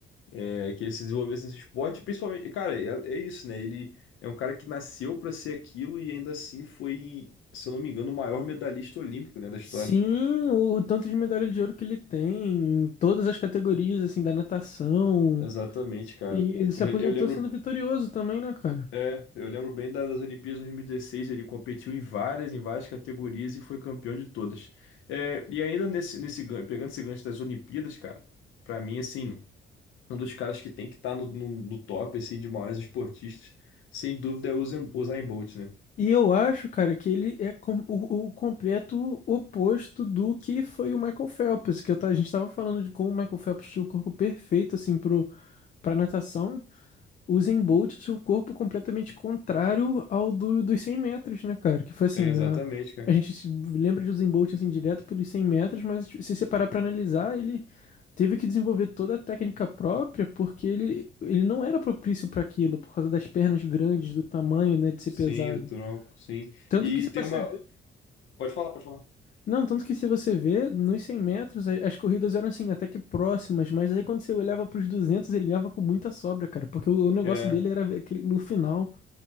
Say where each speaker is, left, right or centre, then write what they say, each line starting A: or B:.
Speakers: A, on the left; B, on the left.
A: É, que ele se desenvolvesse nesse esporte, principalmente, cara, é, é isso, né? Ele é um cara que nasceu para ser aquilo e ainda assim foi, se eu não me engano, o maior medalhista olímpico, né, da história.
B: Sim, o, o tanto de medalha de ouro que ele tem, em todas as categorias assim da natação.
A: Exatamente, cara.
B: E ele se
A: Eu,
B: aposentou
A: re- eu lembro,
B: sendo vitorioso também, né, cara?
A: é, eu lembro bem das, das Olimpíadas de 2016, ele competiu em várias, em várias categorias e foi campeão de todas. É, e ainda nesse, nesse, gan- pegando esse gancho das Olimpíadas, cara, pra mim, assim, um dos caras que tem que estar no, no, no top, assim, de maiores esportistas, sem dúvida é o Usain o Usain Bolt, né?
B: E eu acho, cara, que ele é com- o, o completo oposto do que foi o Michael Phelps, que eu ta- a gente tava falando de como o Michael Phelps tinha um corpo perfeito, assim, pro, pra natação. O Usain Bolt tinha um corpo completamente contrário ao do, dos 100 metros, né, cara? Que foi assim,
A: É, exatamente,
B: a,
A: cara.
B: a gente se lembra de Usain Bolt, assim, direto pelos 100 metros, mas se você parar pra analisar, ele teve que desenvolver toda a técnica própria, porque ele, ele não era propício para aquilo, por causa das pernas grandes, do tamanho, né, de ser
A: Sim,
B: pesado.
A: o tronco, sim.
B: Tanto
A: E
B: que se
A: tem
B: você
A: uma.
B: vê.
A: Pode falar, pode falar.
B: Não, tanto que se você vê, nos 100 metros, a- as corridas eram assim, até que próximas, mas aí quando você olhava pros 200 ele ganhava com muita sobra, cara, porque o, o negócio
A: É,
B: dele era ver aquele, no final.